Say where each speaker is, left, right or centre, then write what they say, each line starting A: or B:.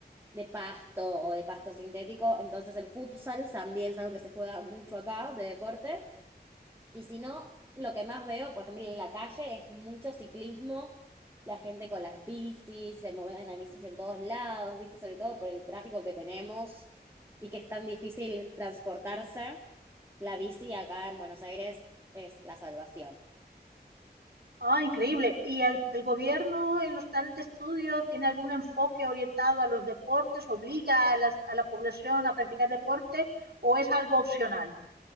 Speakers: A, on the right; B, on the right.
A: de pasto o de pasto sintético. Entonces el futsal también es algo que se juega mucho acá de deporte y si no, lo que más veo, por ejemplo, en la calle es mucho ciclismo, la gente con las bicis, se mueven las bicis en todos lados, ¿viste? Sobre todo por el tráfico que tenemos y que es tan difícil transportarse. La bici acá en Buenos Aires es la salvación.
B: Ah, increíble. ¿Y el, el gobierno en los planes de estudio tiene algún enfoque orientado a los deportes? ¿Obliga a, las- a la población a practicar deporte o es algo opcional?